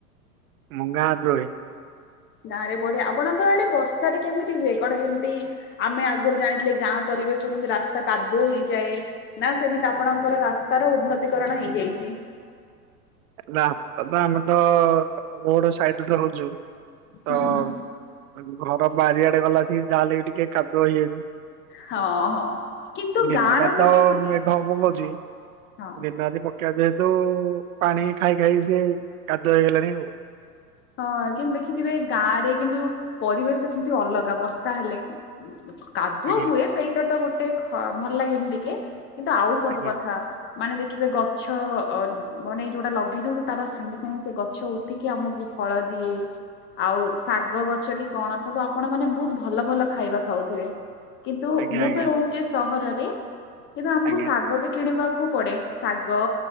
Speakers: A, on the right (about 60°); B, on the left (about 25°).
A: ମୁଁ ଗାଁରେ ରୁହେ।
B: ଗାଁ ରେ ବଢିଆ ଆପଣଙ୍କ ଆଡେ ବର୍ଷାରେ କେମିତି ହୁଏ କଣ ଯେମତି ଆମେ ଆଗୁରୁ ଜାଣିଥିଲେ ଗାଁ ପରିବେଶରେ କେମିତି ରାସ୍ତା କାଦୁଅ ହେଇଯାଏ। ନା ସେମିତି ଆପଣଙ୍କର ରାସ୍ତା ର ଉନ୍ନତିକରଣ ହେଇଯାଇଚି?
A: ରାସ୍ତା ତ ଆମେ ତ ରୋଡ ସାଇଡ୍ ରେ ରହୁଚୁ ତ
B: ହୁଁ ହୁଁ।
A: ଆ -ଘର ବାରିଆଡେ ଗଲା ସିକି ଯାହାହେଲେ ବି ଟିକେ କାଦୁଅ ହେଇଯାଇଚି।
B: ହଁ ହଁ କିନ୍ତୁ
A: ଦିନ
B: ଗାଁର
A: ଟା
B: ଗୋଟେ
A: ତ
B: ଗୋଟେ
A: ମେଘ <unintelligible>
B: ହଁ ହଁ।
A: ଦିନରାତି ପକେଇବା ଯେହେତୁ ପାଣି ଖାଇ ଖାଇ ସିଏ କାଦୁଅ ହେଇଗଲାଣି ଆଉ।
B: ହଁ କିନ୍ତୁ ଦେଖିଥିବେ ଗାଁ ରେ କିନ୍ତୁ ପରିବେଶ କିନ୍ତୁ ଅଲଗା ବର୍ଷା ହେଲେ। କାଦୁଅ
A: ଆଜ୍ଞା
B: ହୁଏ ସେଇଟା ତ ଗୋଟେ ଖ -ଭଲ ଲାଗେନି ଟିକେ। କିନ୍ତୁ ଆଉ ସବୁ
A: ଆଜ୍ଞା
B: କଥା ମାନେ ଦେଖିବେ ଗଛ ଅ- ମାନେ ଯଉଟା ଲଗେଇ ଦଉଚି ତାର ସାଙ୍ଗେ ସାଙ୍ଗେ ସେ ଗଛ ଉଠିକି ଆମକୁ ଫଳ ଦିଏ। ଆଉ ଶାଗ ଗଛ କି କଣ ସବୁ ଆପଣ ମାନେ ବହୁତ ଭଲ ଭଲ ଖାଇବା ଖାଉଥିବେ। କିନ୍ତୁ
A: ଆଜ୍ଞା
B: ମୁଁ
A: ଆଜ୍ଞା
B: ତ ରହୁଚି ସହରରେ କିନ୍ତୁ ଆମକୁ
A: ଆଜ୍ଞା
B: ଶାଗ ବି କିଣିବାକୁ ପଡେ। ଶାଗ